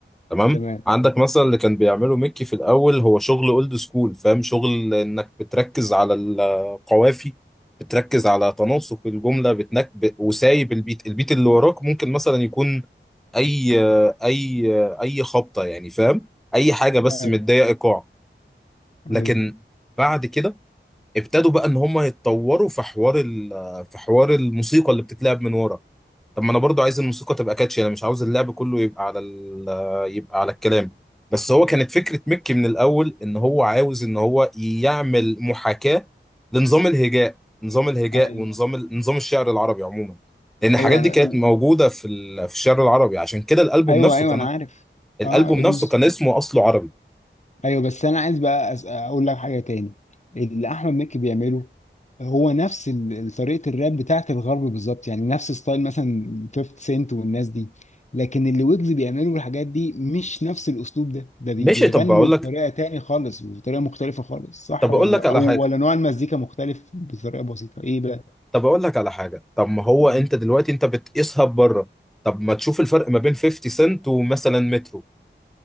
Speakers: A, in the centre; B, on the left.
A: تمام
B: تمام
A: عندك مثلا اللي كان بيعمله ميكي في الأول هو شغل اولد سكول فاهم شغل انك بتركز على القوافي بتركز على تناسق الجملة بتنك ب- وسايب البيت البيت اللي وراك ممكن مثلا يكون اي اي اي خبطه يعني فاهم اي حاجه بس
B: ايوه
A: متضايق ايقاع لكن
B: ايوه
A: بعد كده ابتدوا بقى ان هم يتطوروا في حوار ال- في حوار الموسيقى اللي بتتلعب من ورا طب ما انا برضو عايز الموسيقى تبقى كاتشي انا مش عاوز اللعب كله يبقى على ال- يبقى على الكلام بس هو كانت فكره مكي من الاول ان هو عاوز ان هو يعمل محاكاه لنظام الهجاء نظام الهجاء
B: ايوه
A: ونظام ال- نظام الشعر العربي عموما لان الحاجات
B: ايوه أنا...
A: دي كانت موجوده في ال- في الشعر العربي عشان كده الالبوم
B: ايوه
A: نفسه
B: ايوه
A: كان
B: انا عارف
A: الالبوم
B: اه ابن
A: نفسه
B: الس-
A: كان اسمه اصله عربي
B: ايوه بس انا عايز بقى أس... اقول لك حاجه تاني اللي احمد مكي بيعمله هو نفس ال- طريقه الراب بتاعت الغرب بالظبط يعني نفس ستايل مثلا 50 سنت والناس دي لكن اللي ويجز بيعملوا الحاجات دي مش نفس الاسلوب ده ده بي...
A: ماشي
B: بيغنوا
A: طب اقول
B: بطريقه
A: لك
B: تاني خالص بطريقه مختلفه خالص صح
A: طب
B: ولا
A: اقول لك على
B: او
A: حاجه
B: ولا نوع المزيكا مختلف بطريقه بسيطه ايه بقى
A: طب اقول لك على حاجه طب ما هو
B: امم
A: انت دلوقتي انت بتقيسها بره طب ما تشوف الفرق ما بين 50 سنت ومثلا مترو